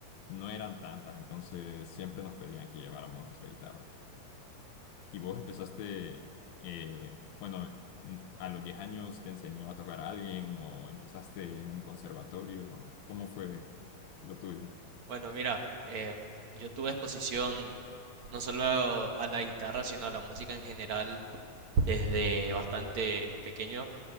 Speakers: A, on the left (about 85°); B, on the right (about 55°).
A: no eran tantas, entonces siempre nos pedían que lleváramos nuestra guitarra. Y vos empezaste, eh, bueno, n- a los 10 años te enseñó a tocar a alguien o empezaste en un conservatorio. ¿Cómo fue lo tuyo?
B: Bueno, mira, eh, yo tuve exposición no solo a la guitarra, sino a la música en general desde bastante pequeño,